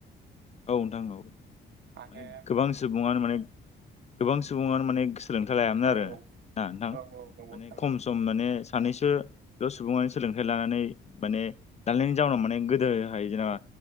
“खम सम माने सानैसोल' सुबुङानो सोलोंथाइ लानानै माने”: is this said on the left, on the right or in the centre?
Left